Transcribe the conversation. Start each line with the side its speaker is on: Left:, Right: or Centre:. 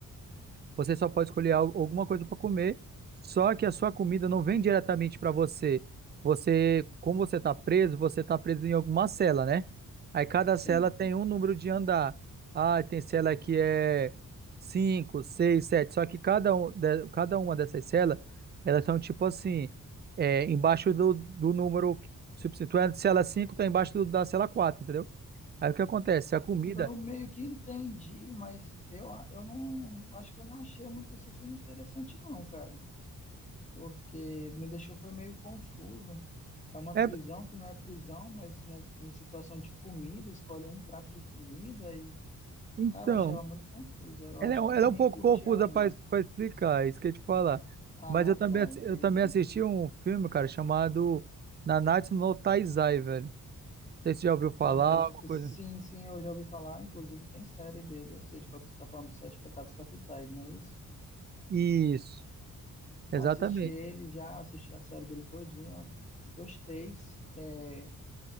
Right: Você só pode escolher al- alguma coisa para comer, só que a sua comida não vem diretamente para você. Você, como você está preso, você está preso em alguma cela, né? Aí cada
Left: sim.
Right: cela tem um número de andar. Ah, tem cela que é 5, 6, 7. Só que cada, um, de- cada uma dessas celas, elas são tipo assim, é, embaixo do, do número. Se tu é de cela 5, tá embaixo do- da cela 4, entendeu? Aí o que acontece? A comida.
Left: Eu meio que entendi, mas eu, eu não acho que eu não achei muito esse filme interessante, não, cara. Porque me deixou foi meio confuso. É uma prisão
Right: É,
Left: que não é prisão, mas né, em situação de comida, escolhe um prato de comida e,
Right: então.
Left: cara, eu achei ela muito confusa. Eu
Right: Ela
Left: acho
Right: é, um-
Left: que eu
Right: ela
Left: não
Right: é um
Left: ia
Right: pouco
Left: curtir
Right: confusa
Left: ela, não.
Right: para explicar, é isso que eu ia te falar.
Left: Ah,
Right: Mas eu também,
Left: tá,
Right: assi-
Left: entendi.
Right: eu também assisti um filme, cara, chamado Nanatsu no Taizai, velho. Não sei se você já ouviu falar,
Left: Ah, mas
Right: alguma coisa.
Left: sim, sim, eu já ouvi falar, inclusive tem série dele, eu sei de qual que você está falando dos Sete Pecados Capitais, não é isso?
Right: Isso, exatamente.
Left: Assisti ele já, assisti a série dele todinha. Gostei é,